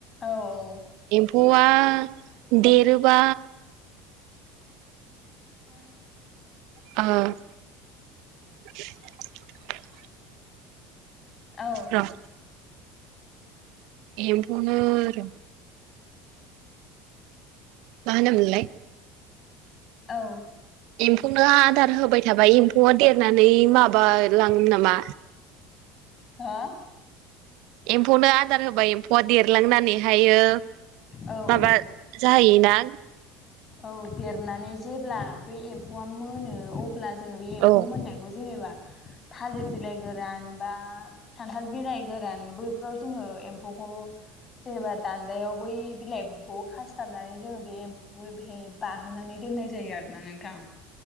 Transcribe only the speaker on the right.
फौवा देरोबा
आ <inaudible>
र' एम्फौनो र' मा होनोमोनलाय?
एम्फौनो आदार होबाय थाबा एम्फौआ देरनानै माबा लाङोमोन नामा?
एम्फौनो आदार होबाय एम्फौआ देरलांनानैहायो
माबा
जाहैयो ना
औ
<inaudible>